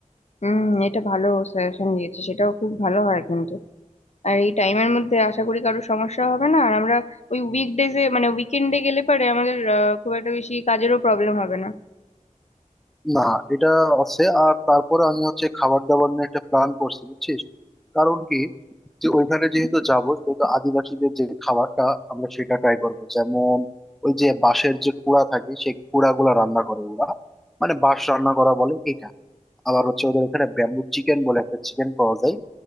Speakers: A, on the left; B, in the centre.
A: হুম এটা ভালো সাজেশন দিয়েছে সেটাও খুব ভালো হয় কিন্তু আর এই টাইমের মধ্যে আশা করি কারো সমস্যা হবে না আর আমরা ওই উইকডেজে মানে উইকেন্ডে গেলে পারে আমাদের আহ, খুব একটা বেশি কাজেরও প্রবলেম হবে না
B: না এটা আছে আর তারপরে আমি হচ্ছে খাবার দাবার নিয়ে একটা প্ল্যান করছি বুঝছিস কারণ কি যে ওইখানে যেহেতু যাবো সেহেতু আদিবাসীদের যে খাবারটা আমরা সেটা ট্রাই করবো যেমন ওই যে বাঁশের যে কুড়া থাকে সেই কুড়া গুলা রান্না করে ওরা মানে বাঁশ রান্না করা বলে এটা আবার হচ্ছে ওদের ওখানে ব্যাম্বু চিকেন বলে একটা চিকেন পাওয়া যায়